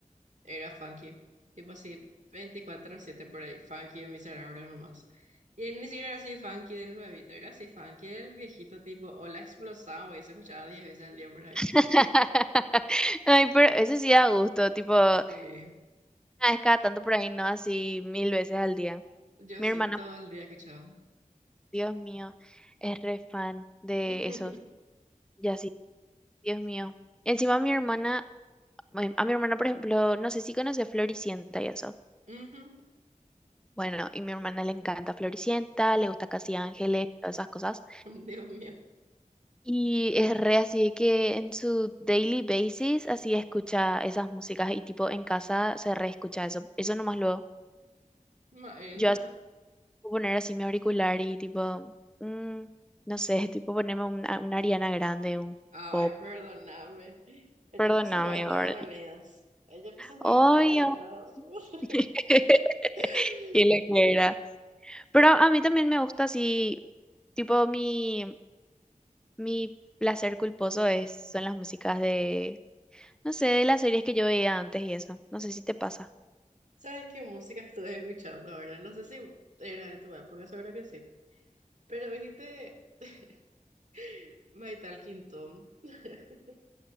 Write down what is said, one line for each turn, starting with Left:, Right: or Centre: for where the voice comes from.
Right: era funky. Tipo así, veinticuatro siete por ahí, funky en mi cerebro nomás. Y él ni siquiera era así funky del nuevito, era así funky del viejito tipo, o la explosado, y se escuchaba diez veces al día por ahí.
Centre: <laughs> Ay, pero eso sí da gusto, tipo, una
Right: Sí,
Centre: vez cada tanto por ahí, no así mil veces al día.
Right: yo
Centre: Mi
Right: sí,
Centre: hermana,
Right: todo el día escuchaba.
Centre: Dios mío, es re fan de
Right: <laughs>
Centre: esos. ya así Dios mío. Encima mi hermana, bueno, a mi hermana, por ejemplo, no sé si conoce Floricienta y eso.
Right: Ujú,
Centre: Bueno, y mi hermana le encanta Floricienta, le gusta Casi Ángeles, todas esas cosas.
Right: Dios mío,
Centre: Y es re así de que en su daily basis así escucha esas músicas y tipo en casa se re escucha eso. Eso nomás luego.
Right: Maena.
Centre: Yo así puedo poner así mi auricular y tipo, mm, no sé, tipo ponerme una, una Ariana Grande, un
Right: Ay,
Centre: pop.
Right: perdóname. El
Centre: Perdóname,
Right: tiempo se fue a Estados
Centre: ¿verdad?
Right: Unidos. El tiempo se fue
Centre: Obvio.
Right: a Estados Unidos. <laughs>
Centre: <laughs> ¿Qué le era? Pero a mí también me gusta así, tipo mi, mi placer culposo es, son las músicas de, no sé, de las series que yo veía antes y eso. No sé si te pasa.
Right: ¿Sabes qué música estuve escuchando ahora? No sé si era de tu época, seguro que sí. Pero viste <laughs> My Talking Tom, <laughs>